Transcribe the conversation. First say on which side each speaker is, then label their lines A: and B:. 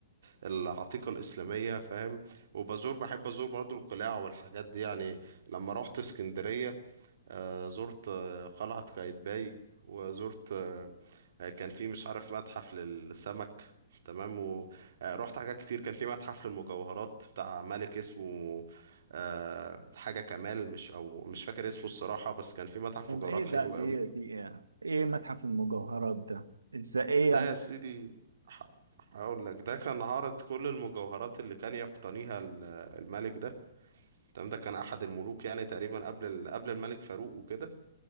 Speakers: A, on the right; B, on the right.
A: العتيقة الإسلامية فاهم وبزور بحب أزور برضو القلاع والحاجات دي يعني لما روحت اسكندرية آه، زرت آه، قلعة قايتباي وزرت آه، آه، كان في مش عارف متحف للسمك تمام ورحت حاجات كتير كان في متحف للمجوهرات بتاع ملك اسمه آه، حاجة كمال مش أو مش فاكر اسمه الصراحة بس كان في متحف
B: طب
A: مجوهرات
B: ايه ده
A: حلو
B: دي
A: قوي
B: دي ايه ايه متحف المجوهرات ده ازاي ايه
A: ده
B: يعني
A: يا سيدي ح- هقول لك ده كان عارض كل المجوهرات اللي كان يقتنيها ال- الملك ده تمام ده كان احد الملوك يعني تقريبا قبل ال- قبل الملك فاروق وكده